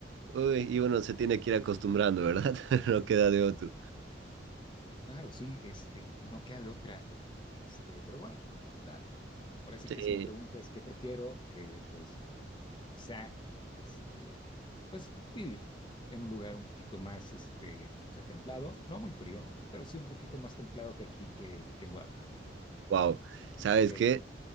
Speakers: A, on the right; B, on the left.
A: Uy, y uno se tiene que ir acostumbrando, ¿verdad? <laughs> No queda de otro.
B: Claro, sí, este, no queda de otra, este, pero bueno, total. Ahora sí
A: Sí,
B: que si me preguntas qué prefiero, eh, pues quizá, este, pues vivir en un lugar un poquito más, este, o sea, templado, no muy frío, pero sí un poquito más templado que aquí, que, que en Guadalajara, ¿no?
A: Wow. ¿Sabes
B: Sí.
A: qué?